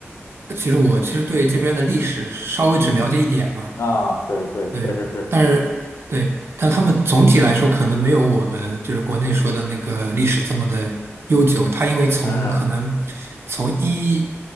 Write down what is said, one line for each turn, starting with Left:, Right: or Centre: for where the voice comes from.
Right: 呃其实我其实对这边的历史稍微只了解一点嘛，
Left: 嗯嗯啊，对对，
Right: 对，
Left: 确实是，
Right: 但是对，但他们总体来说可能没有我们就是国内说的那个历史这么的悠久。它因为从可能
Left: 嗯
Right: 从一，